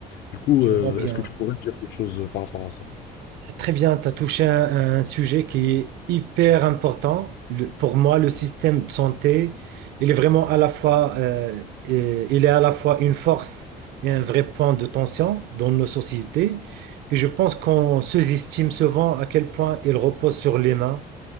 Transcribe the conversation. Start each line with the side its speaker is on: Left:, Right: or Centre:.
Left: Du coup,
Right: je
Left: euh,
Right: vois bien.
Left: est-ce que tu pourrais me dire quelque chose euh, par rapport à ça?
Right: C'est très bien. Tu as touché un, un sujet qui est hyper important. Le- pour moi, le système de santé, il est vraiment à la fois, euh, et- il est à la fois une force et un vrai point de tension dans nos sociétés. Et je pense qu'on sous-estime souvent à quel point il repose sur les mains,